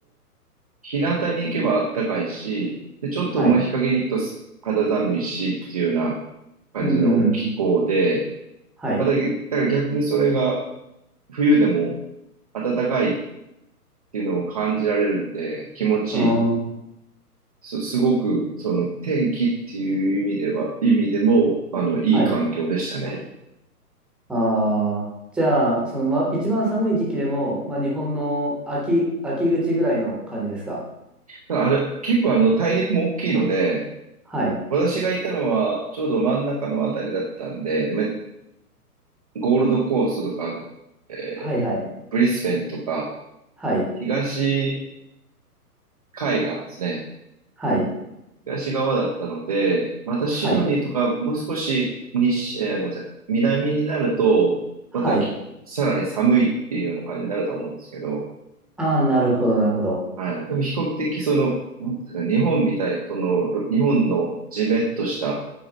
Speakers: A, on the right (about 25°); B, in the centre.
A: 日向に行けばあったかいし、で、ちょっとまあ日陰に行くとす肌寒いしっていうような
B: はい。
A: 感じの気候で、
B: ふんふんふんふん。はい。
A: まあだけ、だから逆にそれが冬でも暖かいっていうのを感じられるので気持ちいい。
B: うーん。
A: す、すごくその天気っていう意味では、意味でもあのいい環境でしたね。
B: はい。ああ、じゃあ、その、ま、一番寒い時期でも、ま、日本の秋、秋口ぐらいの感じですか
A: ただあれ、結構あの大陸も大きいので、
B: はい。
A: 私がいたのはちょうど真ん中のあたりだったんで、め、ゴールドコーストとか、あのえ
B: はいはい。
A: ーブリスベンとか、
B: はい。
A: 東海岸ですね。
B: はい。
A: 東側だったので、またシドニーとか、
B: はい。
A: もう少し西、えーごめんなさい、南になると、
B: はい。
A: またきさらに寒いっていうような感じになるとは思うんですけど、
B: ああ、なるほど、なるほど。
A: はい。でも比較的、その、なんていうんですか、日本みたいな、その、ろ日本のジメッとした